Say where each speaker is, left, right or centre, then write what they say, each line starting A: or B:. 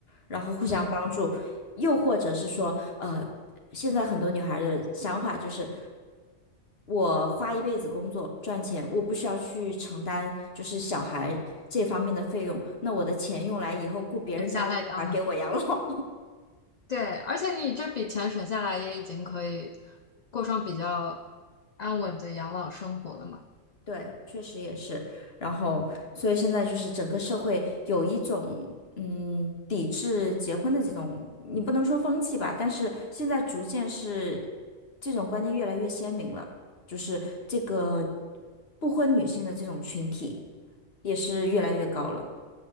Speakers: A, on the left; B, on the left.
A: 然后互相帮助？
B: 嗯，
A: 又或者是说，呃，现在很多女孩的想法就是，我花一辈子工作赚钱，我不需要去承担就是小孩这方面的费用，那我的钱用来以后雇别人家的小孩给我养老。
B: 很下太阳了。对，而且你这笔钱省下来，也已经可以过上比较安稳的养老生活了嘛。
A: 对，确实也是。然后，所以现在就是整个社会有一种嗯抵制结婚的这种，你不能说风气吧，但是现在逐渐是这种观念越来越鲜明了，就是这个不婚女性的这种群体也是越来越高了。